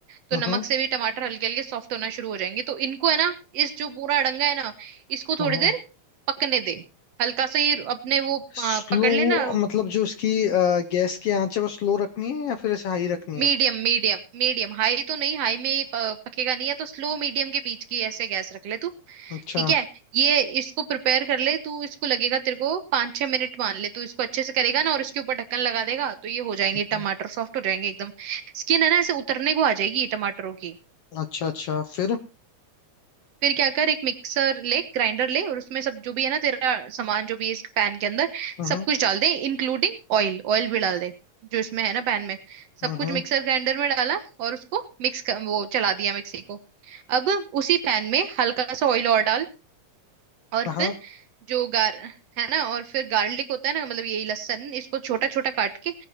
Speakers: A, on the right; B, on the left.
A: तो
B: हम्म
A: नमक से भी टमाटर हल्के हल्के सॉफ्ट होना शुरू हो जाएंगे तो इनको है ना इस जो पूरा अड़ंगा है ना इसको थोड़ी
B: हम्म
A: देर पकने दे हल्का सा ही अपने वो अ,
B: स्लो
A: पकड़ लेना
B: मतलब जो उसकी गैस की आंच है वो स्लो रखनी है या फिर ऐसे हाई रखनी
A: Medium
B: है
A: medium मीडियम हाई तो नहीं हाई में ये प- पकेगा नहीं है तो स्लो मीडियम के बीच की ऐसे गैस रख ले तू
B: अच्छा
A: ठीक है ये इसको प्रिपेयर कर ले तू इसको लगेगा तेरे को पाँच छह मिनट मान ले तू इसको अच्छे से करेगा ना और इसके ऊपर ढक्कन लगा देगा तो ये हो जाएंगे
B: हम्म,
A: टमाटर सॉफ्ट हो जाएंगे एकदम स्किन है ना ऐसे उतरने को आ जाएगी टमाटरों की
B: अच्छा अच्छा फिर
A: फिर क्या कर एक मिक्सर ले ग्राइंडर ले और उसमें सब जो भी है ना तेरा सामान जो भी है इस पैन के अंदर
B: हम्म
A: सब कुछ डाल दे इंक्लूडिंग ऑयल ऑयल भी डाल दे जो इसमें है ना पैन में सब
B: हम्म
A: कुछ मिक्सर ग्राइंडर में डाला और उसको मिक्स कर वो चला दिया मिक्सी को अब उसी पैन में हल्का सा ऑयल और डाल और
B: हाँ
A: फिर जो गार है ना और फिर गार्लिक होता है ना मतलब यही लहसुन इसको छोटा छोटा काट के